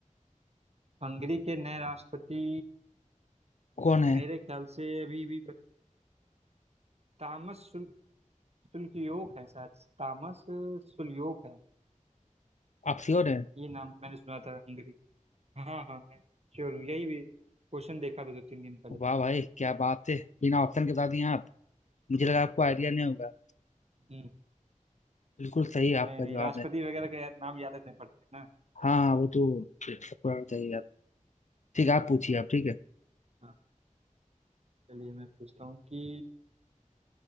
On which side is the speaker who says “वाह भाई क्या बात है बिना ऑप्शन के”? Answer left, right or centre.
Left